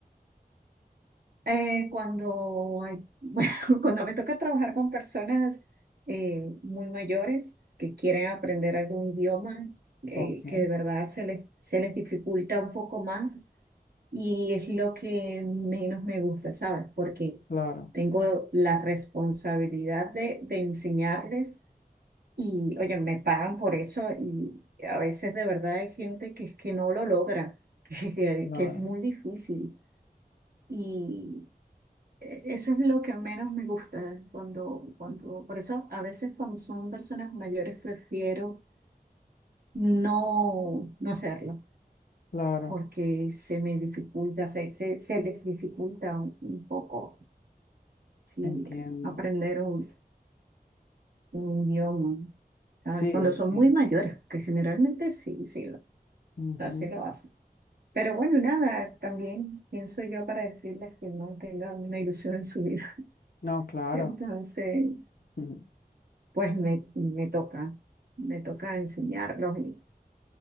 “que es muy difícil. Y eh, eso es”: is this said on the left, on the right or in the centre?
Right